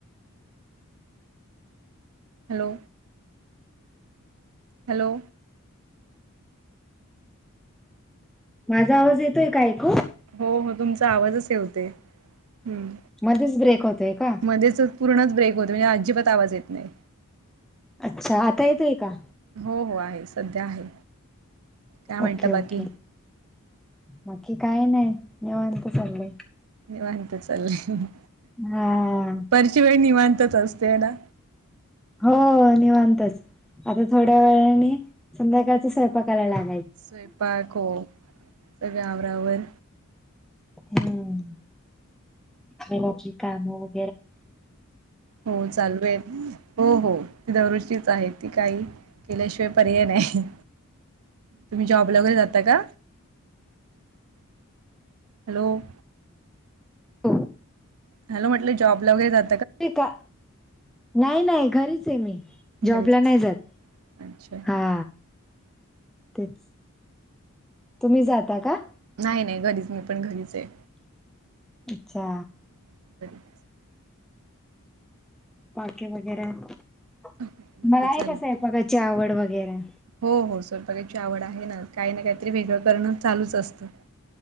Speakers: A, on the right; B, in the centre.
A: हॅलो. हॅलो.
B: माझा आवाज येतोय का ऐकू
A: हो हो तुमचा आवाजच हे होतंय हम्म.
B: मध्येच ब्रेक होतय का?
A: मध्येच पूर्णच ब्रेक होत म्हणजे अजिबात आवा येत नाही.
B: अच्छा आता येतोय का?
A: हो हो आहे सध्या आहे. काय म्हणता
B: ओके
A: बाकी
B: ओके बाकी काय नाही निवांत चालू आहे.
A: निवांत चाललंय.
B: हम्.
A: हच वळी निव्हांतच असते ना.
B: हो निवांतच आता थोड्या वेळाने संध्याकाळचा स्वयंपाक करायलागत.
A: स्वयंपाक हो सगळ्या आवरावर
B: हम्म बोला की काय मग
A: हो चालू आहे. हो हो ती दरोजचीच आहे ती काही केल्याशिवाय पर्याय नाही. तुम्ही जॉबला वगैरे जाता का हॅलो.
B: हो.
A: हॅलो म्हटलं जॉब वगैरे जात.
B: का नाही नाही घरीच आहे मी जॉबला
A: घरीच
B: नाही जात
A: अच्छा.
B: हा. तेच तुम्ही जाता का?
A: नाही नाही घरीच मी पण घरीच आहे.
B: अच्छा.
A: <unintelligible>
B: बाकी वगैरे तुम्हाला
A: बाकी चालू
B: आहे का स्वयंपाकाची आवड वगैरे
A: हो हो स्वयंपाकाची आवड आहे ना काही ना काहीतरी वेगळं करणं चालूच असतं.